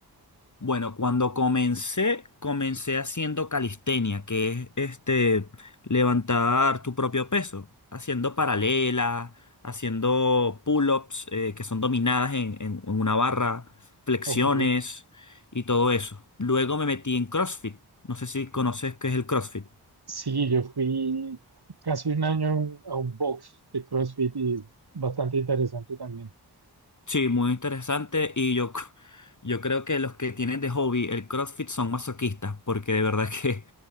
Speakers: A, on the left; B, on the right.
A: Bueno, cuando comencé, comencé haciendo calistenia, que es este levantar tu propio peso, haciendo paralelas, haciendo pull-ups eh, que son dominadas en, en- en una barra, flexiones
B: Ok.
A: y todo eso. Luego me metí en CrossFit. No sé si conoces qué es el CrossFit.
B: Sí, yo fui casi un año a un a un box de CrossFit y es bastante interesante también.
A: Sí, muy interesante y yo, <laughs> c- yo creo que los que tienen de hobby el CrossFit son masoquistas, porque de verdad <laughs> que,